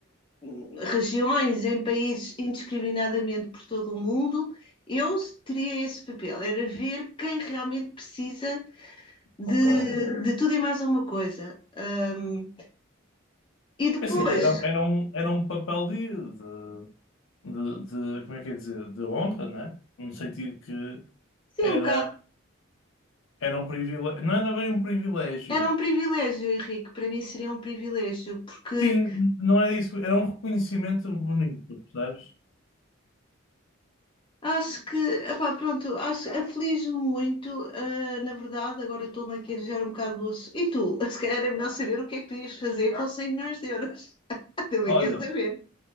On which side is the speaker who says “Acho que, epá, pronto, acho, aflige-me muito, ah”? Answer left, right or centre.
Left